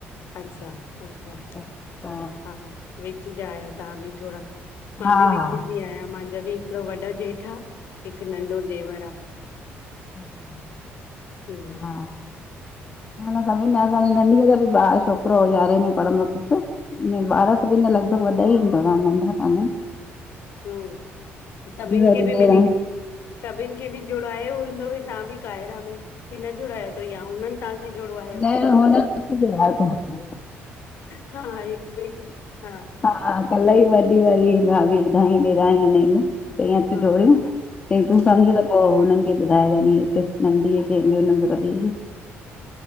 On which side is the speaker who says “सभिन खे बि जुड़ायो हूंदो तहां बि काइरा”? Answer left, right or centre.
Left